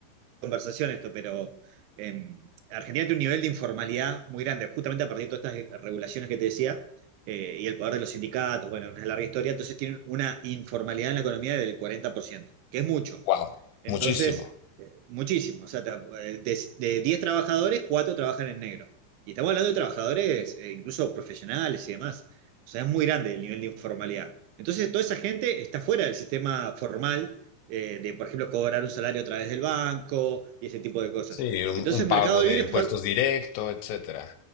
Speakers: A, on the right; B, on the left.
A: conversación esto, pero eh, Argentina tiene un nivel de informalidad muy grande, justamente a partir de todas estas regulaciones que te decía, eh, y el poder de los sindicatos, bueno, una larga historia, entonces tienen una informalidad en la economía del 40%, que es mucho.
B: wow,
A: Entonces,
B: muchísimo.
A: eh, muchísimo. O sea, tra- eh, de, de 10 trabajadores, 4 trabajan en negro. Y estamos hablando de trabajadores, eh, incluso profesionales y demás. O sea, es muy grande el nivel de informalidad. Entonces, toda esa gente está fuera del sistema formal eh, de, por ejemplo, cobrar un salario a través del banco y ese tipo de cosas.
B: Sí, un,
A: Entonces,
B: un
A: Mercado
B: pago de
A: Libre
B: impuestos
A: fue
B: directo, etcétera.